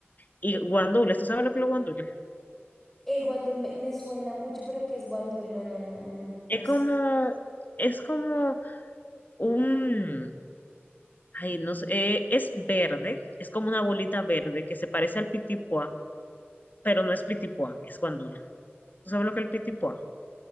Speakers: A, on the left; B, in the centre.
A: y guandules. ¿Tú sabes lo que es los guandules?
B: El guandul me, me suena mucho, pero ¿qué es guandul? No, no, no, no, no
A: Es
B: sé.
A: como, es como un, ay, no sé, eh, es verde, es como una bolita verde que se parece al pitipuá, pero no es pitipuá, es guandule. ¿Tú sabes lo que es el pitipuá?